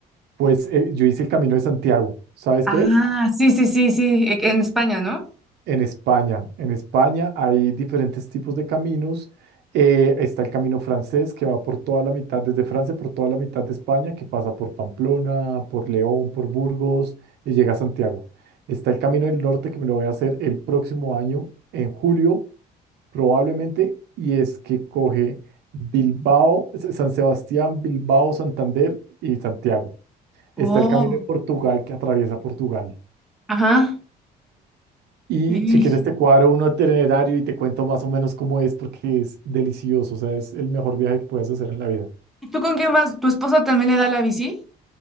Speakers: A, on the right (about 75°); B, in the centre.
A: Pues eh, yo hice el Camino de Santiago. ¿Sabes
B: Ah,
A: qué es?
B: sí, sí, sí, sí, e- en España, ¿no?
A: En España, en España hay diferentes tipos de caminos. Eh, está el camino francés que va por toda la mitad, desde Francia por toda la mitad de España, que pasa por Pamplona, por León, por Burgos y llega a Santiago. Está el camino del norte que me lo voy a hacer el próximo año, en julio probablemente, y es que coge Bilbao, S- San Sebastián, Bilbao, Santander y Santiago.
B: Oh,
A: Está el camino de Portugal que atraviesa Portugal.
B: ajá.
A: Y
B: ¿Y
A: si quieres te cuadro uno itinerario y te cuento más o menos cómo es porque es delicioso, o sea, es el mejor viaje que puedes hacer en la vida.
B: tú con quién vas? ¿Tu esposa también le da la bici?